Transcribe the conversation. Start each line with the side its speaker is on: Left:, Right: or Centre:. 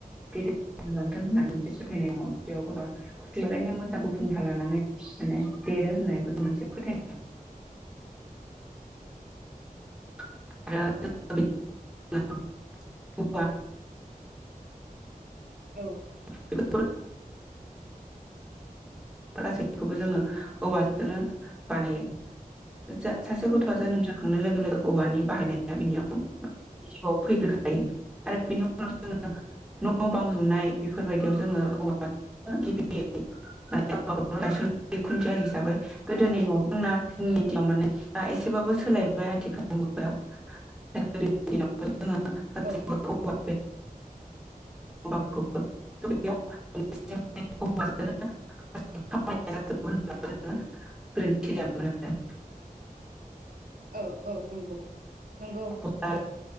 Centre: देरलांथों होनना मोनसे फोथायनाय दङ बेयाव गथ'आ <unintelligible> लायनो मोजां गुफुं हा लानानै माने देरो होननायखौ जों मोनसे फोथायनाय <unintelligible> <unintelligible>
Right: औ।
Centre: <unintelligible> गासैखौबो जोङो औवाज जोंनो बानायो। जा सासे ग थ'आ जोनोम जाखांनाय लोगो लोगो औवानि बाहायनाय बिनियाव जिउआव फैग्रोखायो आरो बिनि उनाव जोङो न' बां लुनाय बेफोरबायदियाव जोङो औवा गिबियै <unintelligible> औवाखौनो गायसन खुन्थिया हिसाबै। गोदोनि न' दंना जोंनि दिनाव माने दा एसेबाबो सोलायबाय आथिखाल मुगायाव। गोदोनि दिनावबो जोङो गासिबो
Right: औ
Centre: औवा <unintelligible> <unintelligible> ब्रैथि <unintelligible>
Right: औ औ नंगौ, नंगौ
Centre: खदाल
Right: औ।